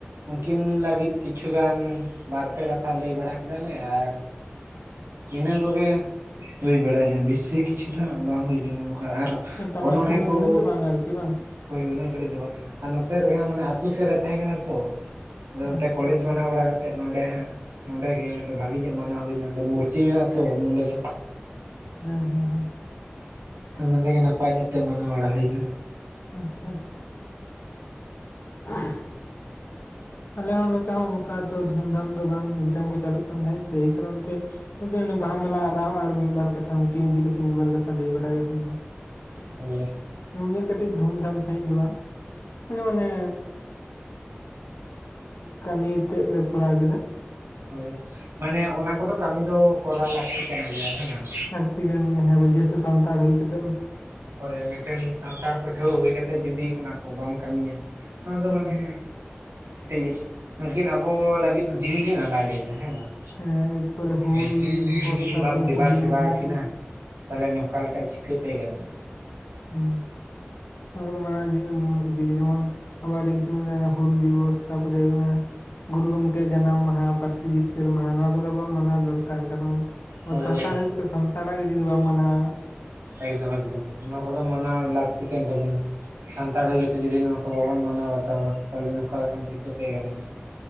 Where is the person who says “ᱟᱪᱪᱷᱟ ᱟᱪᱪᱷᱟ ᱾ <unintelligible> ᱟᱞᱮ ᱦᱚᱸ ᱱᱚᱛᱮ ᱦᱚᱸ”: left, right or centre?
Left